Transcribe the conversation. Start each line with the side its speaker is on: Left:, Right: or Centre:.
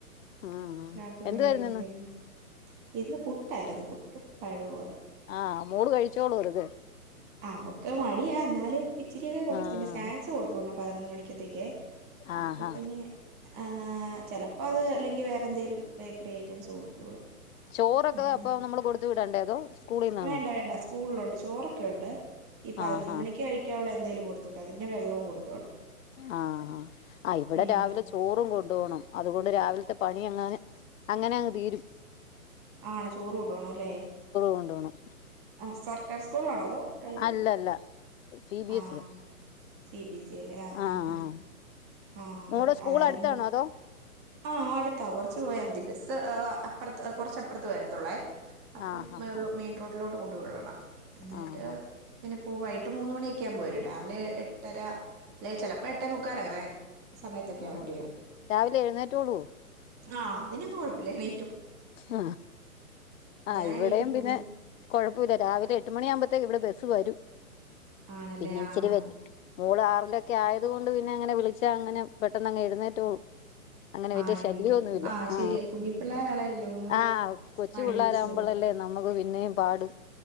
Left: ഉം
Right: കാപ്പികുടി
Left: എന്തുവായിരുന്നു
Right: കഴിഞ്ഞതേള്ളൂ
Left: ഇന്ന്
Right: ഇന്ന് പു. ട്ടായിരുന്നു പുട്ടും പഴവുആരുന്നു
Left: ആഹ് മോള് കഴിച്ചോളൂ വെറുതെ
Right: അവക്ക് മടിയ എന്നാലും ഇച്ചിരിയൊക്കെ കൊടുത്തു
Left: ആഹ്
Right: പിന്നെ സ്നാക്സ് കൊടുത്വിടണം പതിനൊന്ന് മണിക്കത്തേക്ക്
Left: ആഹാ
Right: അപ്പൊ പിന്നെ ആ ചെലപ്പോ അത് അല്ലെങ്കി വേറെഎന്തേലും ബേക്കറിഐറ്റംസ് കൊടുത് വിടും
Left: ചോറൊക്കെ
Right: അങ്ങനെ
Left: അപ്പൊ നമ്മള് കൊടുത്തു വിടണ്ടേ അതോ സ്കൂളിന്നാണോ
Right: വേണ്ട വേണ്ട സ്കൂളിലുണ്ട് ചോറൊക്കെ ഉണ്ട് ഈ പതിനൊന്ന്
Left: ആഹാ
Right: മണിക്ക് കഴിക്കാള്ള എന്തേലും കൊടുത്തിട്ടാതി പിന്നെ വെള്ളവും കൊട്.
Left: ആഹാ അ ഇവിടെ
Right: ഉം
Left: രാവിലെ ചോറും കൊണ്ടോവണം അതുകൊണ്ട് രാവിൽത്തെ പണി എങ്ങാനെ അങ്ങനെ അങ്ങ്തീരും
Right: ആണ് ചോറ് കൊണ്ടപോണല്ലേ
Left: കൊണ്ട് പോണം
Right: ആ സർക്കാർ സ്കൂളാണോ ഓ കഴിവ്
Left: അല്ലല്ല സി ബി
Right: ആ
Left: S E
Right: C B S E ആല്ലേ ആ
Left: ആഹ്
Right: ആ
Left: ആഹ്
Right: ആഹ അതൊക്കെ
Left: മോൾടെ സ്കൂൾ
Right: അതായിരിക്കും
Left: അടുത്താണോ അതോ
Right: ആ അടുത്താവും കുറച്ച പോയാൽ മതി ബസ് അപ്രത്ത് കുറച്ചപ്രത്തു വരത്തുള്ളേ അപ്പം
Left: ആഹ് ആഹ്
Right: മെയിൻ റോഡിലോട്ട കൊണ്ട് വിടണം എന്നിട്ട്
Left: ആഹ്
Right: പിന്നെ അപ്പോ വൈകീട്ട് മൂന്ന് മണിയൊക്കെ ആകുമ്പോ വരും രാവിലെ എട്ടര അല്ലെ ചിലപ്പോ എട്ടേ മുക്കാല് അങ്ങനെ സമയത്തൊക്കെയാ
Left: ആഹ്
Right: വണ്ടി വരുന്നത്
Left: രാവിലെ എഴുന്നേറ്റോളൂ
Right: ആ അതിനൊന്നും കൊഴപ്പില്ലല്ലേ
Left: ആ ആഹ്
Right: ഞാൻ
Left: ഇവിടെയും
Right: എണീറ്റ് പോന്നു
Left: പിന്നെ കൊഴപ്പുല്ല രാവിലെ എട്ടുമണിയാകുമ്പോത്തേക്കും ഇവിടെ ബ സ്‌ വരും
Right: ആണല്ലേ
Left: പിന്നെ ഇച്ചരി
Right: ആഹ്
Left: മോള് ആറിലൊക്കെ ആയത്
Right: ആഹ്
Left: കൊണ്ട് പിന്നെ അങ്ങനെ വിളിച്ച പക്ഷേ അങ്ങനെ പെട്ടെന്ന് അങ്ങ് എഴുന്നേറ്റള്ളൂ അങ്ങനെ വലിയ
Right: ആഹ്
Left: ശല്യോന്നുല്ല
Right: എണീറ്റോ ആഹ് ശരിയാ
Left: ആ
Right: കുഞ്ഞിപ്പിള്ളേരാണേലല്ലേ ഒന്നൂടെ
Left: ആ കൊച്ചു
Right: മടി
Left: പിള്ളോരകുമ്പോളല്ലേ
Right: പിടിച്ച് കിടക്കും
Left: നമ്മുക്ക് പിന്നേം പാട്